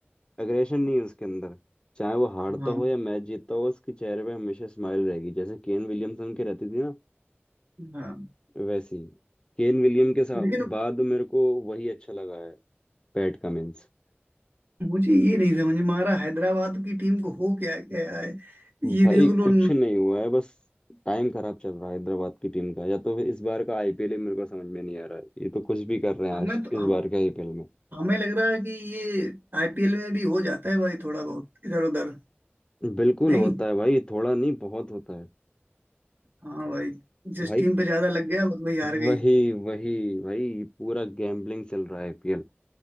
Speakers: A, on the left (about 20°); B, on the right (about 55°).
A: एग्रेशन नहीं है उसके अंदर चाहे वो हारता
B: हाँ
A: हो या मैच जीतता हो उसके चेहरे पे हमेशा स्माइल रहेगी जैसे केन विलियमसन की रहती थी ना
B: हाँ
A: वैसी केन विलियम के साथ
B: लेकिन
A: बाद मेरे को वही अच्छा लगा है पैट कमिंस
B: मुझे ये नहीं समझ में आ रहा हैदराबाद की टीम को हो क्या गया है ये
A: भाई
B: देख लो
A: कुछ
B: न-
A: नहीं हुआ है बस टाइम खराब चल रहा है हैदराबाद की टीम का या तो फिर इस बार का आईपीएल ही मेरे को समझ में नहीं आ रहा है ये तो कुछ भी कर रहे हैं
B: हमें
A: आज
B: तो
A: इस
B: हम
A: बार के आईपीएल में
B: हमें लग रहा है कि ये आईपीएल में भी हो जाता है भाई थोड़ा बहुत इधर उधर
A: बिल्कुल
B: नहीं
A: होता है भाई थोड़ा नहीं बहुत होता है
B: हाँ भाई जिस
A: भाई
B: टीम पे ज्यादा लग गया बस वही हार
A: वही
B: गई
A: वही भाई पूरा गैम्बलिंग चल रहा है आईपीएल